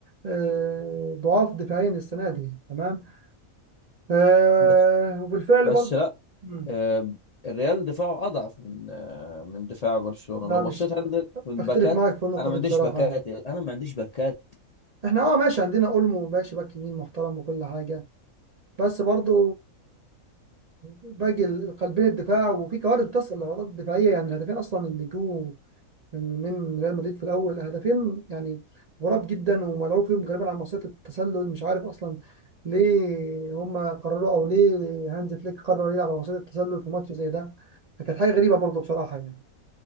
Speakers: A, on the right; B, on the left.
A: آه، ضعاف دفاعيا السنة دي تمام آه
B: بس
A: وبالفعل
B: بس
A: برضه
B: لا
A: مم.
B: آه، الريال دفاعه اضعف من آه، من دفاع برشلونة
A: لا
B: لو بصيت
A: مش
B: عندك في الباكات
A: بختلف معاك في النقطة
B: انا ما
A: دي
B: عنديش
A: بصراحة
B: باكات
A: يعني
B: انا ما عنديش باكات
A: احنا اه ماشي عندنا اولمو باشا باك يمين محترم وكل حاجة بس برضو باقي ال- قلبين الدفاع وفي كوارث بتحصل لغلطات دفاعية يعني الهدفين اصلا اللي جو من ريال مدريد في الاول هدفين يعني غراب جدا وملعوب فيهم غالبا على مصيدة التسلل مش عارف اصلا ليه هما قرروا او ليه هانز فليك قرر يلعب على مصيدة التسلل في ماتش زي ده فكانت حاجة غريبة برضو بصراحة يعني